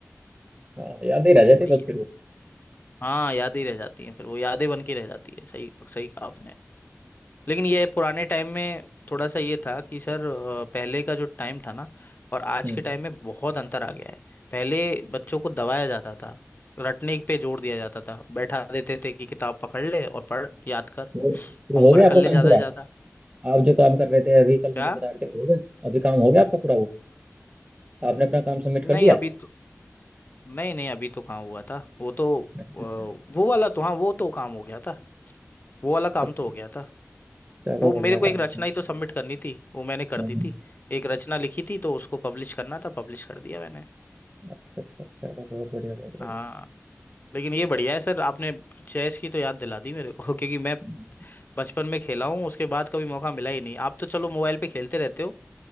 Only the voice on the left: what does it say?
वही
हाँ यादें रह जाती हैं फिर वो यादें बन के रह जाती है सही सही कहा आपने लेकिन ये पुराने टाइम में थोड़ा सा ये था कि सर अ, पहले का जो टाइम था ना और आज
के टाइम में बहुत अंतर आ गया है पहले बच्चों को दबाया जाता था रटने पे जोर दिया जाता था बैठा देते थे कि किताब पकड़ ले और पढ़ याद कर
होमवर्क
कर ले
ज्यादा
से ज्यादा
क्या
नहीं
अभी तो नहीं नहीं अभी तो कहाँ हुआ था वो तो अ,
वो
वाला तो हाँ वो तो काम हो गया था वो वाला काम
तो हो गया था
वो
मेरे को
एक रचना ही तो सबमिट करनी थी वो मैंने कर
दी थी एक रचना लिखी थी तो उसको पब्लिश करना था पब्लिश कर दिया मैंने
हाँ लेकिन ये बढ़िया है सर आपने चेस की तो याद दिला दी मेरे को <laughs> क्योंकि मैं
बचपन में खेला हूँ उसके बाद कभी मौका मिला ही नहीं आप तो चलो मोबाइल पे खेलते रहते हो